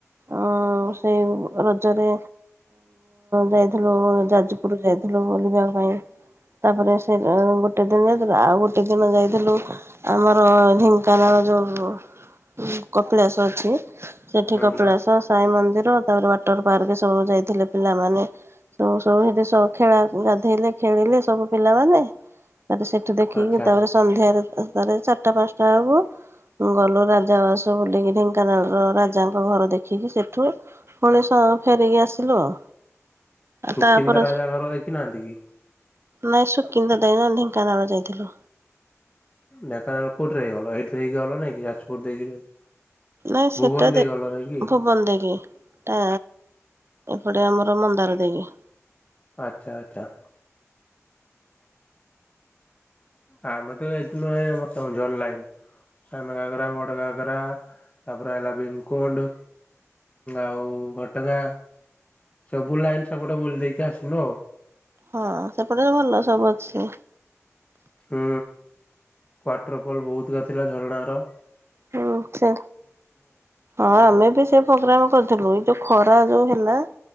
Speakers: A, on the right; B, on the left.
A: ଅଁ ସେଇ ରଜରେ ଯାଇ ହେଲୋ ଯାଜପୁର ଯାଇଥିଲୁ ବୁଲିବା ତାପରେ ସେ ଗୋଟେ ଦିନ ଯାଇଥିଲ ଆଉ ଗୋଟେ ଦିନ ଯାଇଥିଲୁ ଆମର ଆମର ଢେଙ୍କାନାଳ ଯେଉ କପିଳାସ ଅଛି। ସେଠି
B: ହୁଁ
A: କପିଳାସ ସାଇ ମନ୍ଦି ମନ୍ଦିର ତାପରେ ୱାଟର ପାର୍କ ସବୁ ଯାଇଥିଲେ ପିଲାମାନେ ସବୁ ସେ ଖେଳା ଗାଧେଇଲେ ଖେଳିଲେ ସବୁ ପିଲାମାନେ ତାପରେ ସେଠୁ ଦେଖିକି
B: ଆଚ୍ଛା।
A: ତାପରେ ସନ୍ଧ୍ୟାରେ ତା ଚା ଟା ପାଞ୍ଚଟା ବେଳକୁ ଗଲୁ ରାଜାଉଆସ ବୁଲିକି ଢେଙ୍କାନାଳର ରାଜାଙ୍କ ଘର ଦେଖିକି ସେଠୁ ପୁଣି ସ ଫେରିକି ଆସିଲୁ ଆଉ ଆଉ
B: ସୁକିନ୍ଦା
A: ତାପରେ
B: ରାଜା ଘର ଦେଖି ନାହାନ୍ତି କି?
A: ନାଇଁ ସୁକିନ୍ଦା <unintelligible> ଢେଙ୍କାନାଳ ଯାଇଥିଲୁ।
B: ଢେଙ୍କାନାଳ ରେ କୋଉଠି ରହିଗଲ ଏଠି ଦେଇ ଗଲନି ଯାଜପୁର ଦେଇକିରି
A: ନାଇଁ ସେଟା
B: ଭୁବନ
A: ଦେ
B: ଦେଇ ଗଲ ନାଇଁ କି?
A: ଭୁବନ ଦେକି ଟା ଗୋଟେ ଆମର ମନ୍ଦାର ଦେଇକି
B: ଆଚ୍ଛା ଆଚ୍ଛା। ଆମେ ତ ଯାଇଥିନୁଁ ଆମର କେଉଁଝର ଲାଇନ ସାନ ଘାଗରା ବଡ, ଘାଗରା ତାପରେ ହେଲା ଭୀମକୁଣ୍ଡ ଆଉ ଘଟଗାଁ ସବୁ ଲାଇନ ସେପଟେ ବୁଲି ଦେଇକି ଆସିନୁ ଆଉ।
A: ହଁ ସେପଟେ ବି ଭଲ ସବୁ ଅଛି।
B: ହୁଁ ୱାଟରଫଲ ବହୁତକା ଥିଲା ଝରଣା ର।
A: ହୁଁ ସେ ହଁ ଆମେ ବି ସେ ପ୍ରୋଗ୍ରାମ କରିଥିଲୁ। ଯୋଉ ଖରା ଯୋଉ ହେଲା